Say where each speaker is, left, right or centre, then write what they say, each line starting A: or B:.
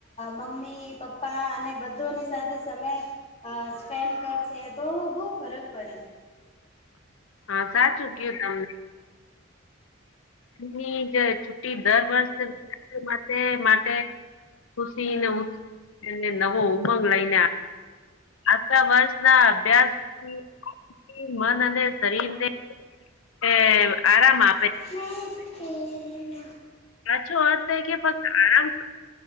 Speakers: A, on the left (about 30°); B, on the left (about 80°).
A: મમ્મી પપ્પા પપ્પા અને બધોની સાથે સમય સ્પેન્ડ કરશે તો બહુ ફરક પડે
B: હા સાચું કું તમને ની જે છુી દર વર્ષ માટે માટે ખુસીને એને નવો ઉમંગ લઈને આખા વર્ષ ના અભ્યાસથી મન અને શરીર ને એ આરામ આપે
A: <unintelligible>
B: સાચું અર્થ થાય કે ફક્ત આરામ